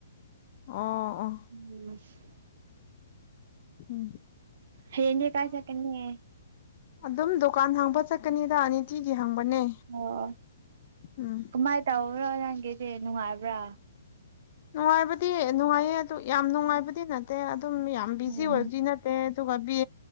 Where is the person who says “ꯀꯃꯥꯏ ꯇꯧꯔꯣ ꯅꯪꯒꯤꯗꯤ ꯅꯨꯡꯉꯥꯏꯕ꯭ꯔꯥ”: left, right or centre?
Right